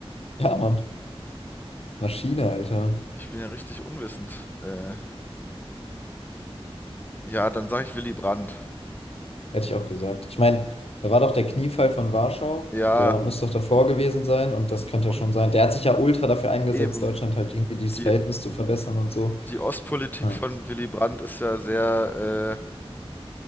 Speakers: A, on the left; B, on the left.
A: Ja, Mann. Maschine, Alter.
B: Ich bin ja richtig unwissend. Äh, ja, dann sage ich Willy Brandt.
A: Hätte ich auch gesagt. Ich meine, da war doch der Kniefall von Warschau.
B: Ja,
A: Der war, müsste doch davor gewesen sein und das könnte ja schon
B: und
A: sein. Der hat sich ja ultra dafür eingesetzt,
B: eben,
A: Deutschland halt irgendwie dieses
B: die,
A: Verhältnis zu verbessern und so.
B: die Ostpolitik
A: Ja,
B: von Willy Brandt ist ja sehr,